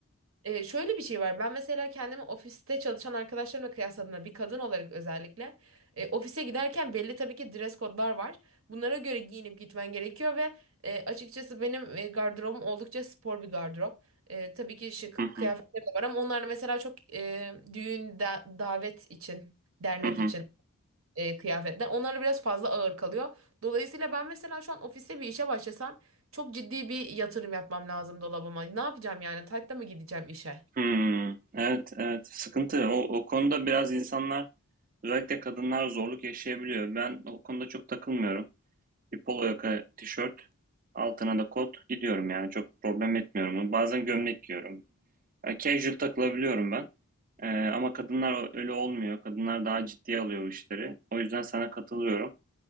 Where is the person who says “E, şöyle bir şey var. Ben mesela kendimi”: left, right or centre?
Right